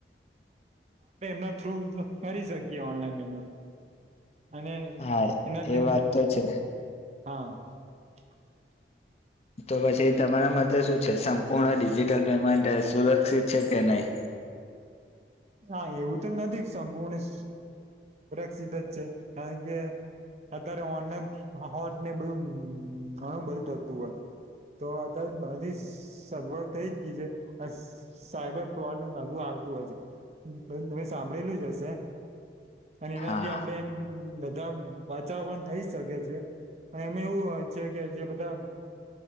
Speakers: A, on the right; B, on the left.
A: ન કરી શકીએ ઓનલાઈન પેમેન્ટ. અને
B: હા
A: એનાથી
B: એ વાત તો છે
A: <unintelligible>
B: તો પછી તમારા મતે શું છે, સંપૂર્ણ ડિજિટલ પેમેન્ટ સુરક્ષિત છે, કે નહીં?
A: હા એવું તો નથી સંપૂર્ણ <unintelligible> જ છે, કારણ કે અત્યારે ઓનલાઈન હોત ને બધું ઘણું બધું થતું હોય. તો <unintelligible> મારી સગવડ થઈ જ ગઈ છે સાયબર <unintelligible> નું <unintelligible> <unintelligible> <unintelligible> તમે સાંભળેલું જ હશે અને એનાથી
B: હા
A: આપડે દમ બચાવ પણ થઇ શકે છે. એમે એવું હોય છે, કે જે બધા